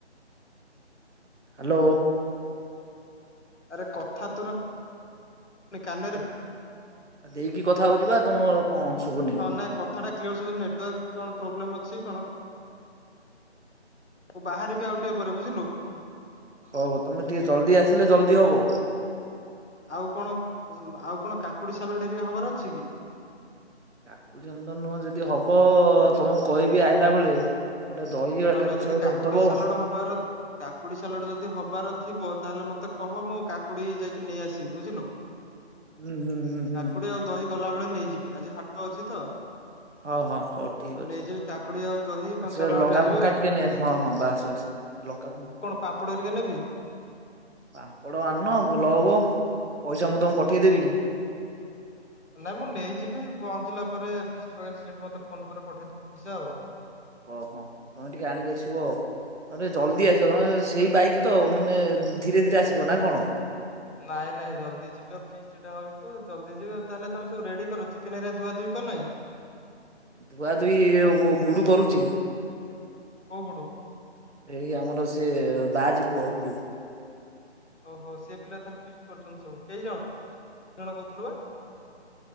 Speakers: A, on the right; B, on the left.
A: ହାଲୋ।
B: ଆରେ କଥା ତୋର ପୁଣି କାନରେ
A: ଦେଇକି କଥା ହଉଚି ବା ତମର କଣ ଶୁଭୁନି?
B: ହଁ ନାଇଁ କଥାଟା କ୍ଲିୟର୍ ଶୁବୁନି ନେଟୱାର୍କ କଣ ପ୍ରୋବ୍ଲେମ୍ ଅଛି କଣ? ମୁଁ ବାହାରିବି ଆଉ ଟିକେ ପରେ ବୁଝିଲୁ?
A: ହଉ ତମେ ଟିକେ ଜଲ୍ଦି ଆସିଲେ ଜଲଦି ହବ।
B: ଆଉ କଣ ଆଉ କଣ କାକୁଡ଼ି ସାଲଟ୍ ହେରିକା ହବାର ଅଛି କି?
A: କାକୁଡ଼ି <unintelligible> ନୁହଁ ଯଦି ହବ ତମକୁ କହିବି ଆଇଲା ବେଳେ ଗୋଟେ ଦହି ଆଉ
B: ହଁ
A: କାକୁଡି
B: ନାଇଁ ଯଦି
A: ସାଲଟ କରିଦବ
B: ସାଲଡ
A: ଆଉ।
B: ହବାର କାକୁଡି ସାଲଡ ଯଦି ହବାର ଥିବ ତାହେଲେ ମତେ କହ ମୁଁ କାକୁଡି ଯାଇକି ନେଇଆସିବି ବୁଝିଲୁ।
A: ହୁଁ ହୁଁ ହୁଁ ହୁଁ
B: କାକୁଡି ଆଉ ଦହି ଗଲା ବେଳେ ନେଇଯିବି ଆଜି ହାଟ ଅଛି ତ।
A: ହଁ ହଁ ହଉ ଠିକ୍
B: ଓ
A: ଅଛି।
B: ନେଇଯିବି କାକୁଡି ଆଉ ଦହି କଞ୍ଚା
A: ସେ
B: ଲଗା ନେଇ
A: ଲଙ୍କା ଟିକେ ନେଇଆସ ହଁ ହଁ ବାସ୍ ବାସ୍ ଲଙ୍କା ଫ
B: ପାମ୍ପଡ ହେରିକା ନେବି?
A: ପାମ୍ପଡ଼ ଆଣୁନ ଭଲ ହବ ପଇସା ମୁଁ ତମକୁ ପଠେଇଦେବି।
B: ନାଇଁ ମୁଁ ନେଇଯିବି ପହଞ୍ଚିଲା ପରେ ଫିଷ୍ଟି ପାଖରେ ସେଇଠି ମତେ ଫୋନ ପରେ ପଠେଇଦବୁ ସିଧା ଆଉ।
A: ଓହୋ ତମେ ଟିକେ ଆଣିକି ଆସିବ ଆଉ। ନହେଲେ ଜଲଦି ଆସିବ ନହେଲେ ସେଇ ବାଇକ ତ ମାନେ ଧୀରେ ଧୀରେ ଆସିବ ନା କଣ?
B: ନାଇଁ ନାଇଁ ଜଲଦି ଯିବା ଫି କିଛିଟା ହଉଛି ତ ଜଲଦ ଯିବା ତାହେଲେ ତମେ ସବୁ ରେଡି କର ଚିକେନ ହେରା ଧୁଆ ଧୁଇ କଲଇଁ?
A: ଧୁଆ ଧୁଇ ଉ ଗୁଡୁ କରୁଚି।
B: କୋଉ ଗୁଡ଼ୁ?
A: ଏଇ ଆମର ସେ ବାଆଜି ପୁଅ ଗୁଡୁ।
B: ଓହୋ ସେ ପିଲା ତାହେଲେ ଫିଷ୍ଟି କରୁଛନ୍ତି ସବୁ କେଇ ଜଣ ଜଣ କହୁଥିଲୁ ବା।